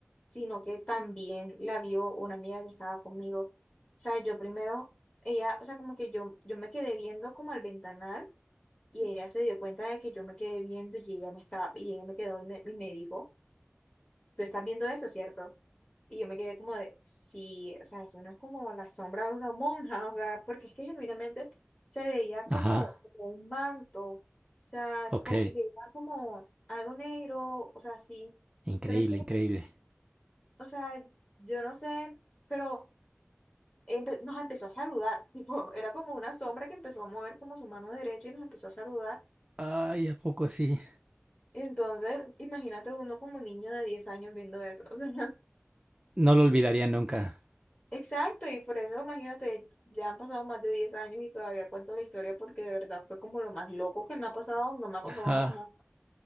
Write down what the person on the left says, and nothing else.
sino que también la vio una amiga que estaba conmigo. O sea, yo primero, ella, o sea, como que yo, yo me quedé viendo como al ventanal y ella se dio cuenta de que yo me quedé viendo y ella me estaba, y ella me quedó y me, y me dijo, tú estás viendo eso, ¿cierto? Y yo me quedé como de, sí, o sea, eso no es como la sombra de una monja, o sea, porque es que genuinamente se veía como
un manto, o sea,
co- y era como algo negro, o sea, sí,
pero es que,
o sea, yo no sé, pero empe- nos empezó a saludar, <laughs> tipo, era como una sombra que empezó a mover como su mano derecha y nos empezó a saludar.
Entonces, imagínate uno como niño de 10 años viendo eso, <laughs> o sea,
Exacto, y por eso imagínate, ya han pasado más de 10 años y todavía cuento la historia porque de verdad fue como lo más loco que me ha pasado, no me ha pasado
más nada.